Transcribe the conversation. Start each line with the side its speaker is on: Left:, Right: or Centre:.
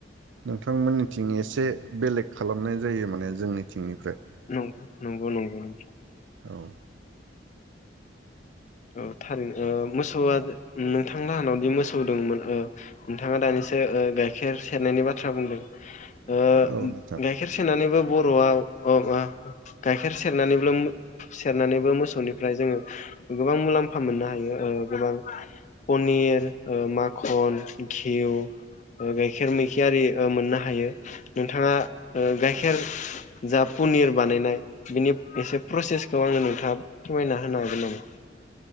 Right: नोंथांमोननिथिं एसे बेलेग खालामनाय जायो माने जोंनिथिंनिफ्राय।
Left: नंगौ नंगौ <inaudible>
Right: औ
Left: ओ थारै ओ मोसौआ उम नोंथां हानावदि मोसौ दंमोन ओ नोंथाङा दानिसे ओ गाइखेर सेरनायनि बाथ्रा बुंदों ओ
Right: औ नोंथां
Left: गाइखेर सेरनानैबो बर'आव औ माबा गाइखेर सेरनानैब्लो सेरनानैबो मोसौनिफ्राय जोङो गोबां मुलाम्फा मोननो हायो ओ गोबां पनिर ओ माखन, घिउ, गाइखेर मैखेर आरि मोननो हायो नोंथाङा ओ गायखेर जा पनिर बानायनाय बिनि एसे प्रसेसखौ आङो नोंथाङा फोरमायना होनो हागोन नामा?